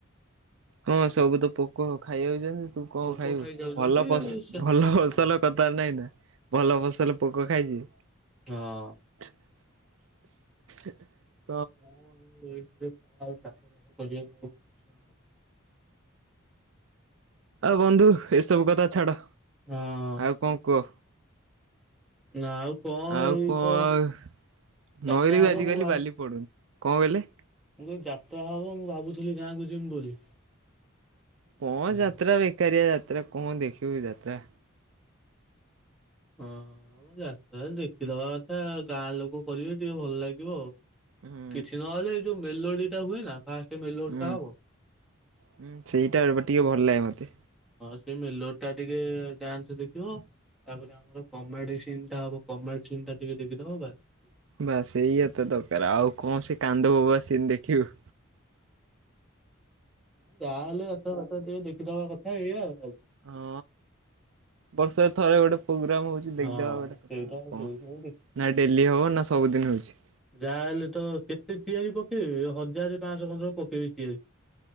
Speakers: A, on the right; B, in the centre.
A: ହଁ ସବୁ ତ ପୋକ ଖାଇଯାଉଛନ୍ତି। ତୁ କଣ
B: ପୋକ
A: ଖାଇବୁ
B: ଖାଇଯାଉଛନ୍ତି
A: ଭଲ
B: ସେ
A: ଭଲ ଫସଲ
B: ହଁ।
A: କଥାର ନାଇଁ ନା ଭଲ ଫସଲ ପୋକ ଖାଇଛି।
B: ହଁ।
A: <inaudible>
B: ମୁଁ ଆଉ ଏରେ କଣ ଆଉ ଚାଷ ବାସ କରିବାକୁ ଆ କଣ ଇଛା ଆଉ ହଉନି।
A: ଆଉ ବନ୍ଧୁ ଏସବୁ କଥା ଛାଡ
B: ହଁ
A: ଆଉ କଣ କୁହ?
B: ନା ଆଉ କଣ
A: ଆଉ
B: ଏଇ
A: କଣ
B: ତ ଯାତ୍ରା
A: ନଈରେ
B: ହବ
A: ବି ଆଜିକାଲି
B: ମୁଁ
A: ବାଲି ପଡୁନି। କଣ କହିଲେ?
B: ମୁ ଯାତ୍ରା ହବ ମୁଁ ଭାବୁଥିଲି ଗାଁକୁ ଯମି ବୋଲି।
A: କଣ
B: ହଁ
A: ଯାତ୍ରା ବେକାରିଆ ଯାତ୍ରା କଣ ଦେଖିବୁ ଯାତ୍ରା
B: ହଁ ଆ ଯ ଦେଖିଦବା କଥା ଗାଁ ଲୋକ କରିବେ ଟିକେ ଭଲ ଲାଗିବ ଆଉ।
A: ହୁଁ
B: କିଛି ନହେଲେ ଏଇ ଯୋଉ ମେଲୋଡି ଟା ହୁଏ ନା? ଫାଷ୍ଟା
A: ହୁଁ
B: ହବଁ।
A: ହୁଁ ସେଇଟା ଟିକେ ଭଲ ଲାଗେ ମତେ
B: ତମେ ଲୋଟା ଟିକେ ଡ୍ୟାନ୍ସ ଦେଖିବ ତାପ ଆମର କମେଡି ସି ଟା ହବ କମେଡି ସି ଟା ଟିକେ ଦେଖିଦବ ବାସ ସେତିକି
A: ବାସ ଏଇଆ ତ ଦରକାର ଆଉ କଣ ସେ କାନ୍ଦବୋବ ସିନ ଦେଖି ବୁ।
B: ହଁ ଯାହାହେଲେ ଯାତବତା ଟିକେ ଦେଖିଦବା କଥା ହେଇ ଆଉ ଆଉ।
A: ହଁ ବର୍ଷରେ ଥରେ ଗୋଟେ ପ୍ରୋଗ୍ରାମ ହଉଛି, ଦେଖଦବାଉ
B: ହଁ
A: ଗୋଟେ କଥା
B: ସେଇଟା
A: ଆଉ
B: ସେଇଥିପାଇଁ
A: କଣ ନା ଡେଲି ହବ ନା ସବୁଦିନ ହଉଛି
B: ଯାହା ହେଲେ ତ କେତେ ଚିଆରି ପକେଇବି ହଜାର ପାଞ୍ଚଶହ ପାଞ୍ଚ ପକେଇବି ଚିଆରି।